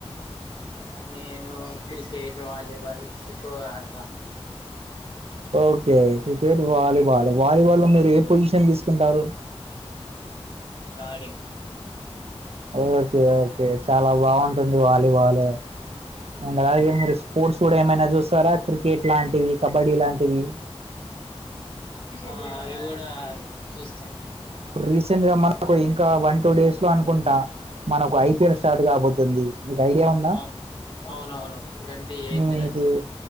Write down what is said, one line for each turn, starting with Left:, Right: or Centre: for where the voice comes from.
Left: ఆ నేను క్రికెట్ వాలీబాల్ ఎక్కువగా ఆడతాను
Right: ఓకే క్రికెట్ వాలీబాల్ వాలీబాల్ మీరు ఏ పొజిషన్ తీసుకుంటారు
Left: గార్డింగ్
Right: ఓకే ఓకే చాలా బాగుంట ఉంది వాలీబాల్ అండ్ అలాగే మీరు స్పోర్ట్స్ కూడా ఏమైనా చూస్తారా క్రికెట్ లాంటివి కబడ్డీ లాంటివి?
Left: ఆ అవి కూడా చూస్తాను
Right: ఇప్పుడు రీసెంట్ గా మన ఇంకా వంటి టూ డేస్ లో అనుకుంటా మన ఒక ఐపీఎల్ స్టార్ట్ కాబోతుంది మీకు ఐడియా ఉందా
Left: అవు అవునవును ట్వంటీ ఎయిత్
Right: మీకు
Left: నుంచి